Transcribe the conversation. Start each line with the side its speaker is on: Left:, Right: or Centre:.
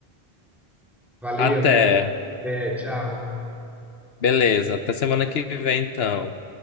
Centre: Valeu,
Left: até.
Centre: até, tchau.
Left: Beleza, até semana que vem, então.